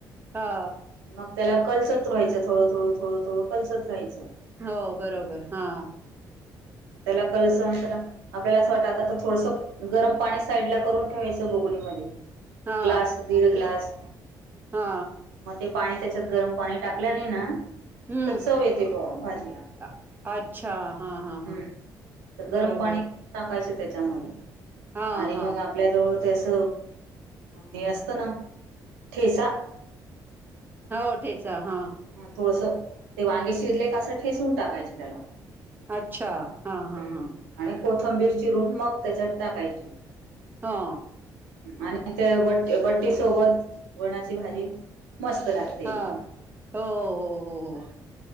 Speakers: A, on the right (about 20°); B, on the right (about 80°).
A: हा.
B: मग त्याला कलचत रहायं थोडं थोडू थोडं थोडं कलचत राहायचं.
A: हो बरोबर हा.
B: त्याला कलस आपल्याला असं वाटतता थोडस गरम पाणी साईड ला करून ठेवायचं बगणीमध्ये
A: हा
B: ग्लास दीड ग्लास.
A: हा
B: मग ते पाणी त्याच्यात गरम पाणी टाकलं नाही ना
A: हम्म.
B: तर चव येते ब भाजीला हम्म
A: अ- अच्छा हा हा हा
B: तर गरम
A: बरोबर
B: पाणी टाकायचे त्याच्यामध्ये
A: हा
B: आणि
A: हा
B: मग आपल्या जवळ त्यास हे असतं ना ठेसा
A: होठेचा हा
B: ह थोडस ते वांगे शिजले का असं ठेसून टाकायचे त्याला
A: अच्छा हा हा
B: हम्म.
A: हा
B: आणि कोथंबीर चिरून मग त्याच्यात टाकायची
A: हा
B: आणि त्या बट्ट बट्टी सोबत वणाची भाजी मस्त लागते
A: हा
B: एकदम.
A: हो हो हो हो